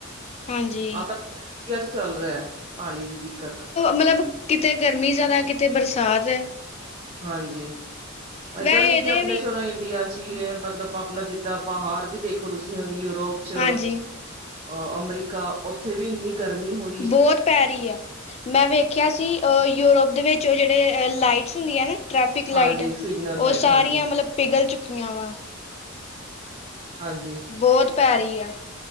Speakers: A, on the left (about 30°); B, on the right (about 30°).
A: ਹਾਂਜੀ
B: ਆ ਤਾਂ ਝੂਗੀਆਂ ਚ ਚੱਲ ਰਿਆ ਪਾਨੀ ਦੀ ਦਿੱਕਤ
A: ਮਲਬ ਕਿਤੇ ਗਰਮੀ ਜ਼ਾਦਾ ਏ, ਕਿਤੇ ਬਰਸਾਤ ਏ।
B: ਹਾਂਜੀ, ਐਦਾਂ
A: ਵੈਸੇ
B: ਨੀ
A: ਇਹਦੇ
B: ਕਿ ਆਪਨੇ
A: ਵੀ
B: ਸ਼ੋਰ ਇੰਡੀਆ ਚ ਜੀ ਐ ਮਤਲਬ ਆਪਨਾ ਜਿੱਦਾਂ ਬਾਹਰ ਵੀ ਦੇਖੋ ਤੁਸੀਂ ਯੂਰੋਪ ਚ
A: ਹਾਂਜੀ
B: ਅ ਅਮਰੀਕਾ ਓਥੇ ਵੀ ਇੰਨੀ ਗਰਮੀ ਹੋ
A: ਬੋਤ ਪੈ ਰਈ ਐ, ਮੈਂ ਵੇਖਿਆ ਸੀ ਅ ਯੂਰੋਪ ਦੇ ਵਿੱਚ ਓਹ ਜੇਹੜੇ ਲਾਈਟਸ ਹੁੰਦੀਆਂ ਨੇ ਟ੍ਰੈਫਿਕ ਲਾਈਟ,
B: ਹਾਂਜੀ ਸਿਗਨਲ
A: ਓਹ
B: ਲਾਈਟ
A: ਸਾਰੀਆਂ
B: ਹਾਂਜੀ
A: ਮਲਬ ਪਿਗਲ ਚੁੱਕੀਆਂ ਵਾਂ
B: ਹਾਂਜੀ
A: ਬੋਤ ਪੈ ਰੀ ਐ